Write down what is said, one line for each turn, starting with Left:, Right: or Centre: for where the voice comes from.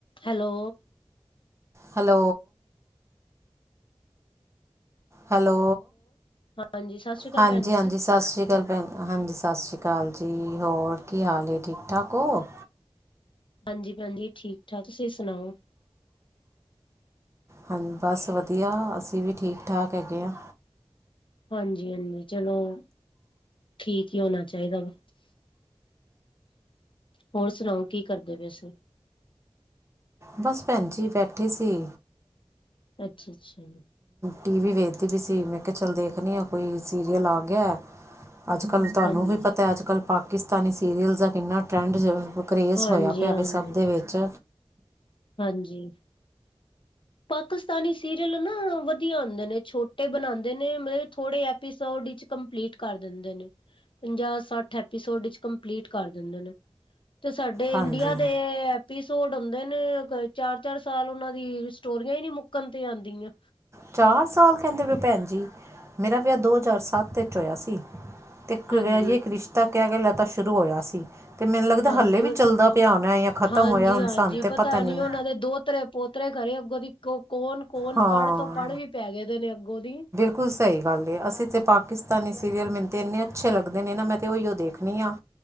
Left: Hello.
Right: Hello. Hello.
Left: ਹਾਂਜੀ ਸਤਿ ਸ਼੍ਰੀ ਅਕਾਲ
Right: ਹਾਂਜੀ-ਹਾਂਜੀ,
Left: ਭੈਣ ਜੀ।
Right: ਸਤਿ ਸ਼੍ਰੀ ਅਕਾਲ। ਹਾਂਜੀ ਸਤਿ ਸ਼੍ਰੀ ਅਕਾਲ ਜੀ ਹੋਰ ਕੀ ਹਾਲ ਐ? ਠੀਕ ਠਾਕ ਹੋ?
Left: ਹਾਂਜੀ-ਹਾਂਜੀ, ਠੀਕ-ਠਾਕ ਤੁਸੀਂ ਸੁਣਾਓ।
Right: ਹਾਂ ਬਸ ਵਧੀਆ ਅਸੀਂ ਵੀ ਠੀਕ-ਠਾਕ ਹੈਗੇ ਆ।
Left: ਹਾਂਜੀ-ਹਾਂਜੀ, ਚਲੋ ਠੀਕ ਹੀ ਹੋਣਾ ਚਾਹੀਦਾ ਵਾ। ਹੋਰ ਸੁਣਾਓ ਕੀ ਕਰਦੇ ਪਏ ਸੀ?
Right: ਬਸ ਭੈਣ ਜੀ ਬੈਠੇ ਸੀ।
Left: ਅੱਛਾ-ਅੱਛਾ।
Right: ਟੀ ਵੀ ਵੇਖਦੀ ਪਈ ਸੀ, ਮੈਂ ਕਿਹਾ ਚੱਲ ਦੇਖਣੀ ਹਾਂ ਕੋਈ ਸੀਰੀਅਲ ਆ ਗਿਆ। ਅੱਜ-ਕੱਲ੍ਹ ਤੁਹਾਨੂੰ
Left: ਹਾਂਜੀ
Right: ਵੀ ਪਤਾ ਅੱਜ-ਕੱਲ੍ਹ ਪਾਕਿਸਤਾਨੀ ਸੀਰੀਅਲ ਦਾ ਕਿੰਨਾ ਟਰੈਂਡ ਜ ਕਰੇਜ਼
Left: ਹਾਂਜੀ
Right: ਹੋਇਆ ਪਿਆ
Left: ਹਾਂਜੀ
Right: ਵੇਂ ਸਭ ਦੇ ਵਿੱਚ
Left: ਹਾਂਜੀ। ਪਾਕਿਸਤਾਨੀ ਸੀਰੀਅਲ ਨਾ ਵਧੀਆ ਹੁੰਦੇ ਨੇ, ਛੋਟੇ ਬਣਾਦੇ ਨੇ ਮਤਲਬ ਥੋੜੇ ਕੰਪਲੀਟ ਕਰ ਦਿੰਦੇ ਨੇ। ਪੰਜਾਹ-ਸੱਠ ਐਪੀਸੋਡ ਇਚ ਕੰਪਲੀਟ ਕਰ ਦਿੰਦੇ ਨੇ ਤੇ ਸਾਡੇ
Right: ਹਾਂਜੀ
Left: ਇੰਡੀਆ ਦੇ ਐਪੀਸੋਡ ਹੁੰਦੇ ਨੇ ਚਾਰ- ਚਾਰ ਸਾਲ ਉਹਨਾਂ ਦੀ ਸਟੋਰੀਆਂ ਹੀ ਨਈ ਮੁੱਕਣ ਤੇ ਆਂਦੀਆਂ
Right: ਚਾਰ ਸਾਲ ਕਹਿੰਦੇ ਪਏ ਭੈਣ ਜੀ, ਮੇਰਾ ਵਿਆਹ ਦੋ ਹਜ਼ਾਰ ਸੱਤ ਵਿੱਚ ਹੋਇਆ ਸੀ। ਤੇ
Left: ਹਾਂਜੀ,
Right: ਜੀ ਇੱਕ ਰਿਸ਼ਤਾ ਕਿਹਾ ਕਿ ਲਤਾ ਸ਼ੁਰੂ ਹੋਇਆ ਸੀ। ਤੇ ਮੈਨੂੰ ਲੱਗਦਾ
Left: ਹਾਂਜੀ
Right: ਹਲੇ ਵੀ
Left: ਉਹ
Right: ਚੱਲਦਾ ਪਿਆ ਹੋਣਾ ਜਾਂ ਖ਼ਤਮ
Left: ਹਾਂਜੀ,
Right: ਹੋਇਆ ਹੁਣ
Left: ਹਾਂਜੀ
Right: ਸਾਨੂੰ ਤੇ ਪਤਾ ਨੀ।
Left: ਉਹਨਾਂ ਦੇ ਦੋਤਰੇ ਪੋਤਰੇ ਖਰੇ ਅੱਗੋਂ ਦੀ ਕੌਣ ਕੌਣ
Right: ਹਾਂ
Left: ਪੜ੍ਹ ਤੋਂ ਪੜ੍ਹ ਵੀ ਪੈ ਗਏ ਦੇ ਨੇ ਅੱਗੋਂ ਦੀ।
Right: ਬਿਲਕੁਲ ਸਹੀ ਗੱਲ ਏ ਅਸੀਂ ਤਾਂ ਪਾਕਿਸਤਾਨੀ ਸੀਰੀਅਲ ਮੈਨੂੰ ਤਾਂ ਇੰਨੇ ਅੱਛੇ ਲੱਗਦੇ ਨੇ ਨਾ ਮੈਂ ਤਾਂ ਉਹੀਓ ਦੇਖਣੀ ਹਾਂ।